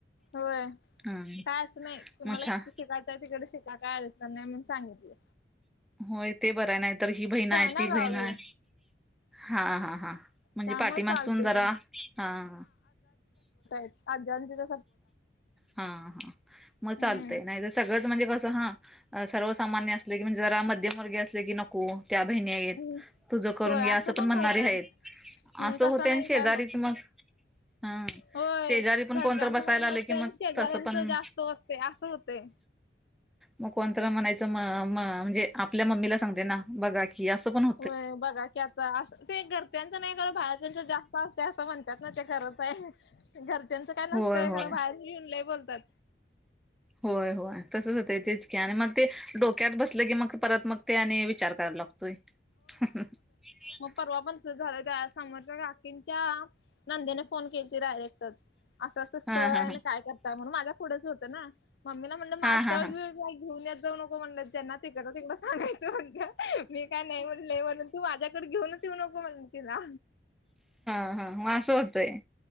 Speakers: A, on the left (about 65°); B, in the centre.
A: होयं
B: हम्म
A: कायं असं नाहीं कुणांला
B: मग छान
A: किती शिकायचंय तिकडे शिकांर कायं अडचणं नाहीं म्हंण सांगितलं
B: होयं ते बरं नाहीं तरं ही बहिण आहे
A: ना
B: ती
A: गावी
B: बहीण आहे हां हां हां
A: त्यामुळे
B: पाठीमागूंन
A: चालतय
B: जरां
A: ग
B: हां
A: आंजचां दिवसं
B: हां हां मंग
A: हम्म
B: चालतंय नाहीं जे सगळंच म्हणजे कसं हां सर्वसामांन्य असले की म्हणजे जरां मध्यंमवर्गी असले की नको त्यां बहिणी आहेतं
A: हम्म
B: तुझं करूंन
A: होय
B: घ्यां असं पणं
A: पण
B: म्हणणारे
A: होतय
B: आहेतं
A: हम्म
B: असं
A: तसं
B: होतं आणि
A: नाही
B: शेजारीच
A: काय होत नाही.
B: मंग हां
A: होय
B: शेजारी पणं
A: घरच्यांचं
B: बयं
A: काही
B: आं
A: नसतंय
B: की मंग
A: आणि शेजाऱ्यांचं
B: ते पणं
A: जास्त असतंय असं होतंय.
B: मंग कोणतं म्हणायचं मं म्हणजे आपल्यां मम्मीला सांगते नां बघां हे असं पणं
A: हो बघां की आंता असं ते घरच्यांचं नाहीं की बाहेरच्या चं जास्तं असते असं म्हणतांत नां ते घरचं आहे घरच्यांचं कायं नसतंय
B: होय
A: खरं
B: होय
A: बाहेर येऊंन लंय बोलतांत
B: होयं होयं तसंच होतं तेचंक आणि मंग ते डोक्यांत बसलं की मंग परंत मंग ते आणि विचारं करांयला लागतं तोय <unintelligible>
A: परवां पणं झालं त्यां समोरच्या काकींच्या नंदेने फोन केली डायरेक्ट चं असं असं स्थळं
B: हा हा
A: आहे
B: हा
A: नां कायं करतांय म्हणूंन माझ्या पुढेचं होतं नां मम्मीला म्हणलं माझं
B: हा
A: स्थंळगं
B: हा हा
A: घेऊनण्यांतत जाऊं नको म्हणतं ज्यांना ते करतं तेहां सगायचं म्हणतं मी कायं नाहीं म्हणले म्हणूंन तूं माझ्याकडे घेऊंनच येऊं नको म्हणं तिलां
B: हं हां मंग असं होतंय